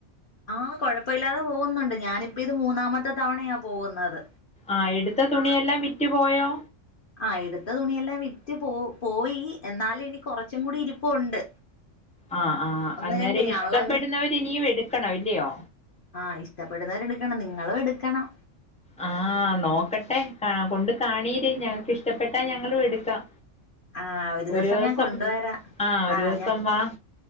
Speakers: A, on the left; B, in the centre.
A: ആഹ്‌ കൊഴപ്പമില്ലാതെ പോകുന്നുണ്ട് ഞാനിപ്പ ഇത് മൂന്നാമത്തെ തവണയാ പോകുന്നത്.
B: ആഹ്‌ ഇടുത്ത തുണിയെല്ലാം വിറ്റു പോയോ?
A: ആഹ്‌ എടുത്ത തുണിയെല്ലാം വിറ്റ് പോ പോയി, എന്നാലും ഇനി കൊറച്ചും കൂടി ഇരിപ്പുണ്ട്.
B: ആഹ്‌ ആ
A: ഒന്ന്
B: അന്നേരം
A: രണ്ടേ
B: ഇഷ്ടപ്പെടുന്നവര്
A: അളവ്
B: ഇനിയും എടുക്കണം ഇല്ലയോ?
A: ആഹ് ഇഷ്ടപ്പെടുന്നവരെടുക്കണം നിങ്ങളും എടുക്കണം.
B: ആഹ്‌ നോക്കട്ടെ കാ കൊണ്ട് കാണീര് ഞങ്ങക്ക് ഇഷ്ടപ്പെട്ടാ ഞങ്ങളും എടുക്കാം.
A: ആഹ്
B: ഒരു
A: ദിവസം
B: ദെവസം
A: ഞാൻ കൊണ്ടുവരാ
B: ആഹ്‌ ഒരു
A: ആഹ്
B: ദെവസം
A: ഞാൻ
B: വാ.